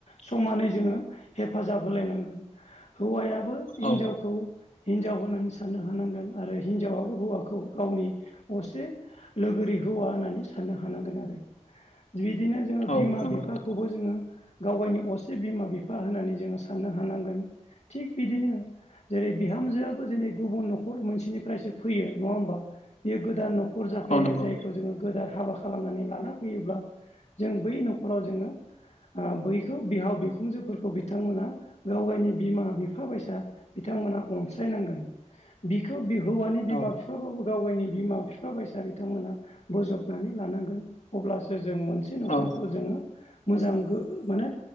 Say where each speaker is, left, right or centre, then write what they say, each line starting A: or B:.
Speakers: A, on the left; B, on the left.
A: समानै जोङो हेफाजाब होलायनांगोन हौवायाबो हिनजावखौ
B: औ
A: हिनजाव होननानै साननो हानांगोन आरो हिनजावाबो हौवाखौ गावनि असे लोगोरि हौवा होननानै साननो हानांगोन आरो बिदिनो जोङो
B: औ
A: बिमा
B: नंगौ
A: बिफाखौबो
B: नोंथां
A: जोङो गाव गावनि असे बिमा बिफा होननानै जोङो साननो हानांगोन थिग बिदिनो जेरै बिहामजोआ बो जोंनि गुबुन न'खर मोनसेनिफ्रायसो फैयो नङा होमबा बेयो गोदान नख'र फैयो
B: औ नंगौ
A: जायखौ जोङो गोदान हाबा खालामनानै लाना फैयोब्ला जों बै न'खराव जोङो बैखौ बिहाव बिखुंजोफोरखौ बिथांमोना गाव गाइनि बिमा बिफा बायसा बिथा थांमोना अनसायनांगोन बिखौ हौवानि बिमा
B: औ
A: बिफा बाबो गाव गाइनि बिमा बिफा बाइसा बिथांमोना बोजबनानै लानांगोन अब्लासो जों मोनसे न'खरखौ
B: औ
A: जोङो मोजां गो माने